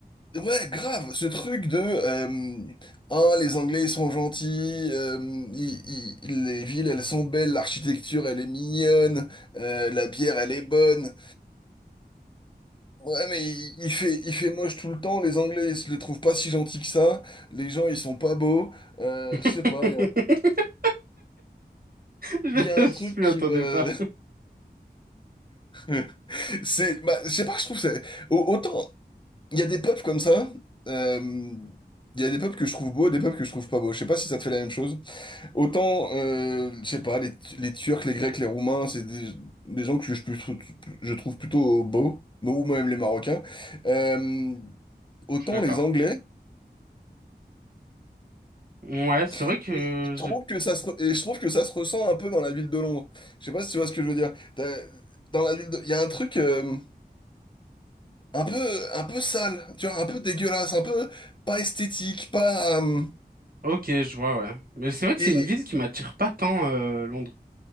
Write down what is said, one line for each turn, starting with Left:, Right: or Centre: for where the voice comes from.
Left: Ouais, grave, ce truc de euh, un, les Anglais ils sont gentils, euh, ils- ils- ils- les villes elles sont belles, l'architecture elle est mignonne, euh, la bière elle est bonne. Ouais, mais il, il fait il fait moche tout le temps. Les Anglais ils se les trouvent pas si gentils que ça. Les gens ils sont pas beaux. Euh,
Right: <laughs>
Left: je sais pas, il y a,
Right: Je
Left: il y a un truc qui
Right: m'y attendais
Left: me
Right: pas.
Left: <laughs> c'est bah je sais pas, je trouve que c'est au- autant il y a des peuples comme ça. euh, Il y a des peuples que je trouve beaux, des peuples que je trouve pas beaux. Je sais pas si ça te fait la même chose. Autant, euh, je sais pas, les, les Turcs, les Grecs, les Roumains, c'est des, des gens que je, peux trou- je trouve plutôt beaux, ou même les Marocains. Euh, autant
Right: Je suis d'accord.
Left: les Anglais,
Right: Ouais, c'est vrai
Left: et
Right: que
Left: je trouve
Right: j'ai
Left: que ça se, re- et je trouve que ça se ressent un peu dans la ville de Londres. Je sais pas si tu vois ce que je veux dire. T'as- Dans la ville de, il y a un truc euh, un peu, un peu sale, tu vois, un peu dégueulasse, un peu pas esthétique, pas. euh,
Right: Ok, je vois, ouais. Mais c'est vrai que
Left: et,
Right: c'est une
Left: et-
Right: ville qui m'attire pas tant, euh, Londres.